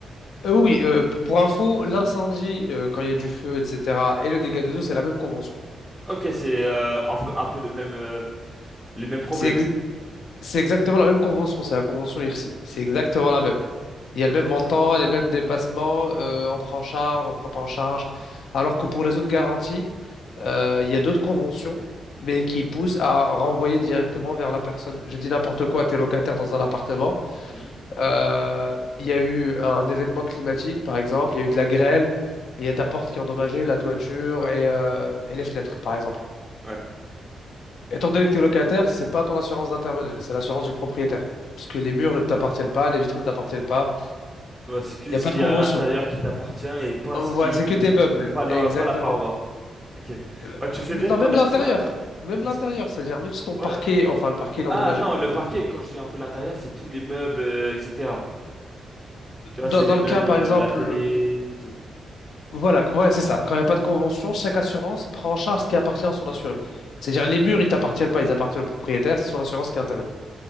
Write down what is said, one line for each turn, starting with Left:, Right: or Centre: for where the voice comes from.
Left: Euh, oui, euh, p- pour info, l'incendie, euh, quand il y a du feu, etc., et le dégât des eaux, c'est la même convention.
Centre: Ok, c'est euh, un peu, un peu le même, euh, les mêmes problèmes.
Left: C'est ex- C'est exactement la même convention, c'est la convention IRSI. C'est exactement la même. Il y a
Centre: Ok,
Left: le même montant,
Centre: ça marche.
Left: les mêmes dépassements, euh, on prend en charge, on prend pas en charge. Alors que pour les autres garanties, euh, il y a d'autres conventions, mais qui poussent à renvoyer directement vers la personne. Je dis n'importe quoi, t'es locataire dans un appartement.
Centre: Hmm,
Left: Euh, il y a eu un événement climatique, par exemple, il y a eu de la grêle, et il y a ta porte qui est endommagée, la toiture et, euh, et les fenêtres, par exemple.
Centre: Ouais.
Left: Étant donné que tu es locataire, c'est pas ton assurance d'intervenir, c'est l'assurance du propriétaire. Parce que les murs ne t'appartiennent pas, les vitres ne t'appartiennent pas,
Centre: Ouais, c'est que
Left: il n'y
Centre: ce
Left: a pas
Centre: qui
Left: de convention.
Centre: est à l'intérieur qui t'appartient et pas
Left: Euh,
Centre: ce
Left: Voilà,
Centre: qui.
Left: c'est que tes meubles,
Centre: Pas la,
Left: exactement.
Centre: pas la paroi. Ok.
Left: Euh,
Centre: Bah, tu fais
Left: mais
Centre: bien
Left: Non,
Centre: de parler
Left: même l'intérieur,
Centre: de ça.
Left: même
Centre: Parce
Left: l'intérieur,
Centre: que-
Left: c'est-à-dire même si ton
Centre: ouais
Left: parquet, enfin le parquet il est endommagé,
Centre: Ah non, le
Left: euh,
Centre: parquet, quand je dis un peu l'intérieur, c'est tous les meubles, euh, etc. Tu
Left: dans,
Centre: vois, c'est
Left: dans
Centre: les
Left: le
Centre: meubles,
Left: cas par
Centre: euh,
Left: exemple,
Centre: la télé
Left: euh,
Centre: et tout.
Left: voilà, quand- ouais, c'est ça, quand il n'y a pas de convention, chaque assurance prend en charge ce qui appartient à son assuré. C'est-à-dire
Centre: Mm.
Left: les murs, ils t'appartiennent pas, ils appartiennent au propriétaire, c'est son assurance qui intervient.